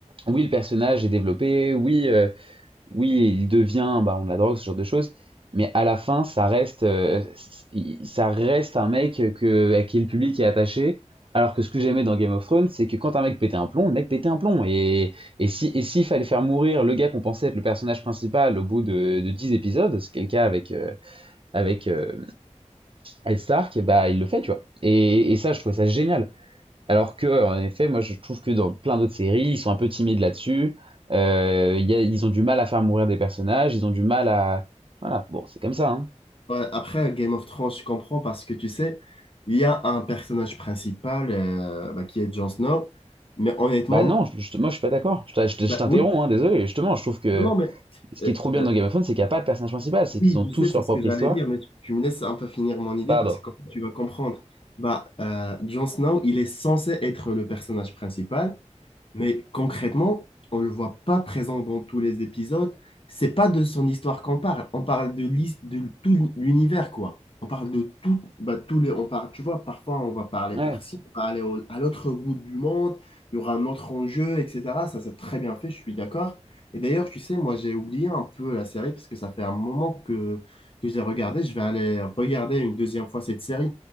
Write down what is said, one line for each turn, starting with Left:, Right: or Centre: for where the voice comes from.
Right: hum, oui le personnage est développé, oui euh, oui, il devient, bah, on la drogue, ce genre de choses. Mais à la fin, ça reste, euh, il- ça reste un mec que, à qui le public est attaché. Alors que ce que j'aimais dans Game of Thrones, c'est que quand un mec pétait un plomb, le mec pétait un plomb. Et, et si, et s'il fallait faire mourir le gars qu'on pensait être le personnage principal au bout de, de 10 épisodes, c'est le cas avec, euh, avec euh, Ed Stark, bah, il le fait, tu vois. Et, et ça, je trouvais ça génial. Alors que, en effet, moi je trouve que dans plein d'autres séries, ils sont un peu timides là-dessus. Euh, il y a- ils ont du mal à faire mourir des personnages, ils ont du mal à... Voilà, bon, c'est comme ça, hein.
Left: Ouais, après, Game of Thrones, je comprends parce que tu sais, il y a un personnage principal euh, bah, qui est Jon Snow, mais honnêtement,
Right: Bah non, je- je- moi je suis pas d'accord. Je t'a- je t'-
Left: bah,
Right: je t'interromps,
Left: oui,
Right: hein, désolé. Justement, je trouve que
Left: non, non, mais
Right: ce
Left: euh,
Right: qui est trop bien
Left: euh,
Right: dans Game of Thrones, c'est qu'il n'y a pas de personnage principal, c'est
Left: Oui,
Right: qu'ils ont
Left: tu
Right: tous
Left: sais, c'est
Right: leur
Left: ce
Right: propre
Left: que j'allais
Right: histoire.
Left: dire, mais tu, tu me laisses un peu finir mon idée
Right: Pardon.
Left: parce que comme ça, tu vas comprendre. Bah, euh, Jon Snow, il est censé être le personnage principal, mais concrètement, on ne le voit pas présent dans tous les épisodes. C'est pas de son histoire qu'on parle. On parle de, l'his- de tout l'univers, quoi. On parle de tout, bah, tous les, on parle, tu vois, parfois on va parler
Right: Ouais,
Left: par-ci, on va aller au- à l'autre bout du monde, il y aura un autre enjeu, etc. Ça, c'est très bien fait, je suis d'accord. Et d'ailleurs, tu sais, moi, j'ai oublié un peu la série parce que ça fait un moment que, que je l'ai regardée. Je vais aller regarder une deuxième fois cette série.